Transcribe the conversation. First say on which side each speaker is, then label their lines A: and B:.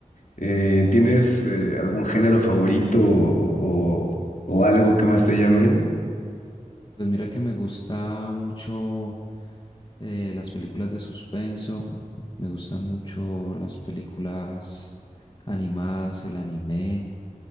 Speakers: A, on the left; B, on the left.
A: Eh, ¿tienes eh, algún género favorito o, o algo que más te llame?
B: Pues mira que me gusta mucho eh, las películas de suspenso, me gustan mucho las películas animadas, el anime,